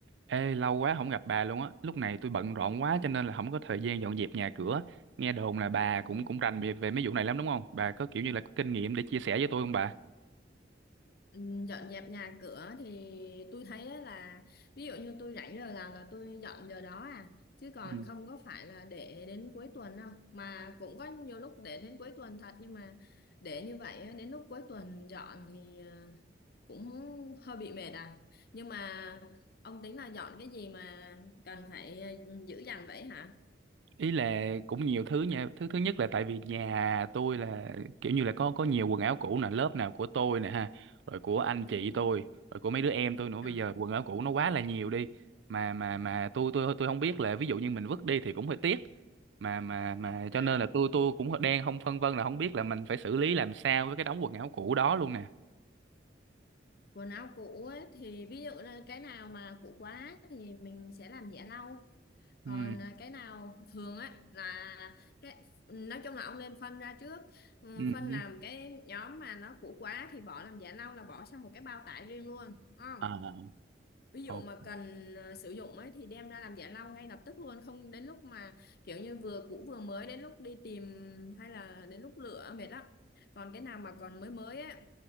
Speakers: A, on the right; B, on the left.
A: Ê, lâu quá không gặp bà luôn á. Lúc này tôi bận rộn quá cho nên là không có thời gian dọn dẹp nhà cửa. Nghe đồn là bà
B: Ừ.
A: cũng cũng rành về, về mấy vụ này lắm đúng không? Bà có kiểu như là có kinh nghiệm để chia sẻ với tôi không bà?
B: Ừ, Dọn dẹp nhà cửa thì tôi thấy á là ví dụ như tôi rảnh giờ nào là tôi dọn giờ đó à chứ còn
A: Ừ.
B: không có phải là để đến cuối tuần đâu mà cũng có nhiều lúc để đến cuối tuần thật nhưng mà để như vậy á, đến lúc cuối tuần dọn thì ờ, cũng hơi bị mệt à nhưng mà ông tính là dọn cái gì mà cần phải ờ, giữ dành vậy hả?
A: ý là cũng nhiều thứ nha thứ thứ nhất là tại vì nhà tôi là kiểu như là có có nhiều quần áo cũ nè lớp nào của tôi nè ha rồi của anh chị tôi rồi của mấy đứa em tôi nữa
B: À,
A: bây giờ quần áo cũ nó quá là nhiều đi mà mà mà tôi tôi tôi không biết là ví dụ như mình vứt đi thì cũng hơi tiếc mà mà mà cho
B: à
A: nên là tôi tôi cũng đang không phân vân là không biết là mình phải xử lý làm sao với cái đống quần áo cũ đó luôn nè
B: quần áo cũ ấy thì ví dụ là cái nào mà cũ quá thì mình sẽ làm giẻ lau còn
A: ừ
B: à, cái nào thường á là cái nói chung là ông nên phân ra trước Ừ,
A: ừ
B: phân
A: ừ.
B: làm cái nhóm mà nó cũ quá thì bỏ làm giả lau là bỏ sang một cái bao tải riêng luôn đúng không
A: à
B: ví dụ
A: ok
B: mà cần à, sử dụng ấy thì đem ra làm giả lau ngay lập tức luôn không đến lúc mà kiểu như vừa cũ vừa mới đến lúc đi tìm hay là đến lúc lựa mệt lắm còn cái nào mà còn mới mới á